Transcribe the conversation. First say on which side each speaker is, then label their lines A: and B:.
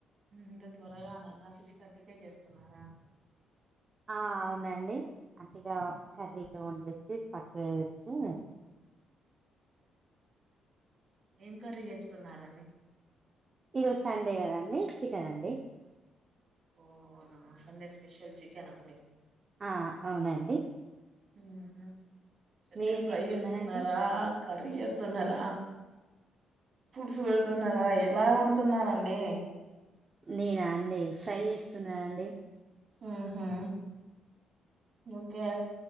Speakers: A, on the right; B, on the right.
A: ఇంత, త్వరగానైనా, సిక్సథర్టీకే, చేస్తున్నారా.
B: ఆ, అవునండి, అట్టిగా, కర్రీలో, వండేసి, పక్కగా పెడితే,
A: ఏం కరీ చేస్తున్నారంండి.
B: ఈరోజు, సండే, కదండి. చికెన్ అండి.
A: ఓనా సండే స్పెషల్ చికెన్ అండి.
B: ఆ, అవునండి.
A: ఉహు అద్దే
B: మీరేం
A: ఫ్రై
B: చేస్తున్నారండి
A: చేస్తున్నారా కరి స్తున్నార పులుసు పెడుతున్నారా ఎలా వండుతున్నారండి
B: నేనా అండి ఫ్రై చేస్తున్నాను అండి
A: ఉహు ఓకే